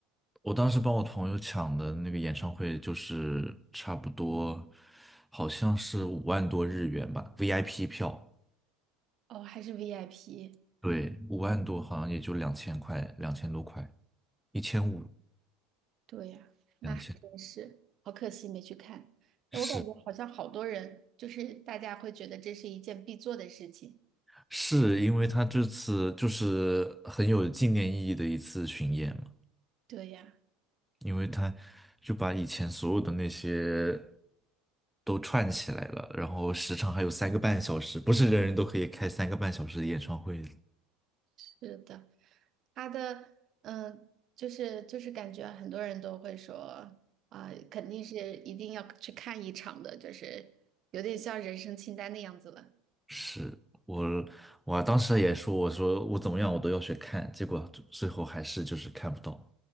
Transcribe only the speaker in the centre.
我当时帮我朋友抢的那个演唱会，就是差不多好像是五万多日元吧，VIP 票，
对，五万多好像也就两千块，两千多块，一千五，
两千。
是。
是因为他这次就是很有纪念意义的一次巡演嘛，
因为他就把以前所有的那些都串起来了，然后时长还有三个半小时，不是人人都可以开三个半小时的演唱会。
是我，我当时也说，我说我怎么样我都要去看，结果最后还是就是看不到，